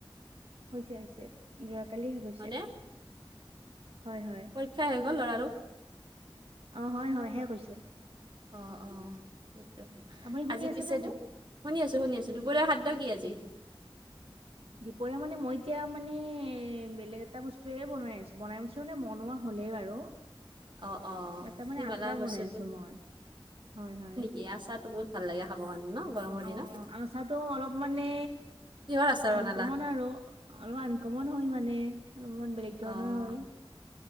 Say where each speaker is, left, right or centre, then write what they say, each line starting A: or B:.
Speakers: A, on the right; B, on the right.
A: হৈছে হৈছে যোৱা কালি শেষ হৈছে
B: হয়নে?
A: হয় হয়।
B: পৰীক্ষা শেষ হ'ল ল'ৰাটো?
A: অ', হয়, হয় শেষ হৈছে।
B: অ', অ'
A: আপুনি শুনি
B: আজি
A: আছেনে
B: পিছে
A: মোক?
B: শুনি আছোঁ, শুনি আছোঁ। দুপৰীয়া খাদ্য কি আজি?
A: দুপৰীয়া মানে, মই এতিয়া মানে, বেলেগ এটা বস্তুৱে বনাই আছোঁ, বনাই আছোঁ মানে বনোৱা হ'লেই বাৰু।
B: অ', অ',
A: তাৰমানে,
B: কি
A: আচাৰ
B: বনালা বস্তুটো?
A: বনাই আছোঁ মই, হয়, হয়।
B: <unintelligible> কাৰণে ন গৰমৰ
A: অ',
B: দিনত?
A: আচাৰটো অলপ মানে
B: কিহৰ আচাৰ
A: আনকমন
B: বনালা?
A: আৰু। অলপ আনকমন হয় মানে, অলপমান বেলেগ ধৰণৰ
B: অ',
A: হয়।